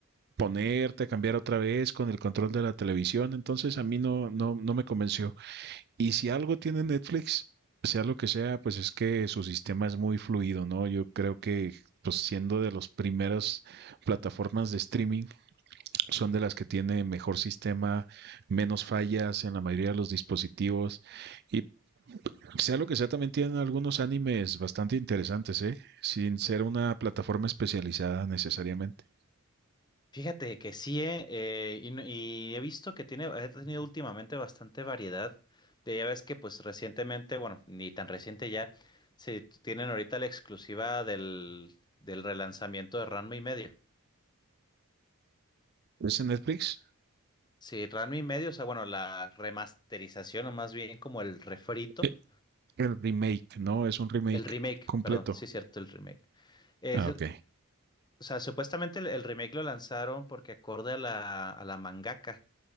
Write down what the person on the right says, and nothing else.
ponerte a cambiar otra vez con el control de la televisión, entonces a mí no no no me convenció. Y si algo tiene Netflix, sea lo que sea, pues es que su sistema es muy fluido, ¿no? Yo creo que, pues siendo de las primeras plataformas de streaming, son de las que tiene mejor sistema, menos fallas en la mayoría de los dispositivos. Y sea lo que sea, también tienen algunos animes bastante interesantes, ¿eh? Sin ser una plataforma especializada necesariamente.
¿Es en Netflix?
Eh, El remake, ¿no? Es un remake
completo.
Ah, ok.